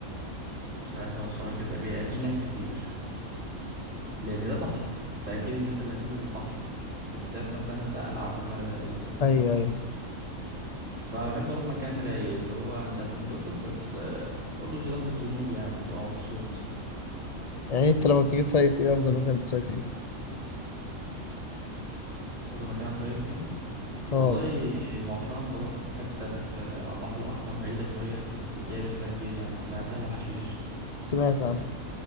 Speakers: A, on the right; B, on the left.
A: مش عارف اوصلك ازاي بيبقى فيه ناس كتير لان ده بحر فاكيد الناس اللي هتنزل البحر الستات مثلا هتبقى قلعة كلها تقريبا
B: أيوه أيوه
A: فانا بحب اروح مكان رايق اللي هو انت هتنبسط بس آه، برضه مش هتاخد ذنوب يعني هتبقى مبسوط
B: يعني انت لما بتيجي تصيف ايه افضل مكان بتصيف فيه
A: افضل مكان اصيف فيه
B: اه
A: والله مؤخرا بروح حتة في على البحر الأحمر بعيدة شوية بعيدة شوية كتير يعني اسمها سهل حشيش
B: سمعت عنه